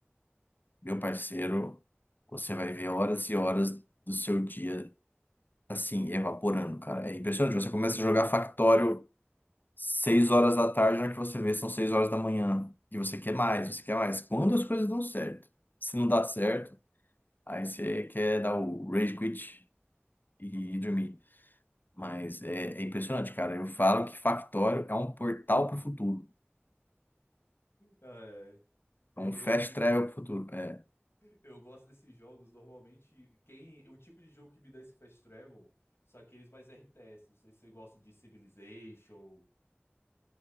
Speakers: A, on the left; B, on the left.
A: meu parceiro, você vai ver horas e horas do seu dia assim evaporando, cara. É impressionante. Você começa a jogar Factório 6 horas da tarde, na hora que você vê são 6 horas da manhã, e você quer mais, você quer mais. Quando as coisas dão certo. Se não dá certo, aí você quer dar o rage quit e dormir. Mas é, é impressionante, cara. Eu falo que Factório é um portal para o futuro.
B: É, é. E-
A: É um
B: esse
A: fast
B: tipo.
A: travel para o futuro. É.
B: Eu gosto desses jogos. Normalmente, quem. O tipo de jogo que me dá esse fast travel são aqueles mais RTS. Não sei se você gosta de Civilization.